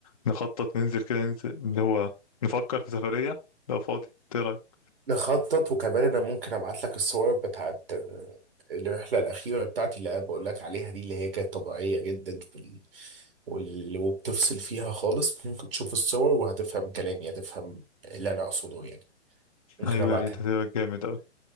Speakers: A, on the left (about 30°); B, on the right (about 50°).
A: نخطط ننزل كده ننزل اللي هو نفكر في سفرية لو فاضي إيه رأيك؟
B: نخطط وكمان انا ممكن ابعت لك الصور بتاعت آه، الرحلة الأخيرة بتاعتي اللي أنا بقول لك عليها دي اللي هي كانت طبيعية جدا وال- وال- وبتفصل فيها خالص ممكن تشوف الصور وهتفهم كلامي هتفهم اللي أنا أقصده يعني ممكن
A: أيوة
B: أبعتها
A: يا ريت
B: لك
A: هتبقى جامد أوي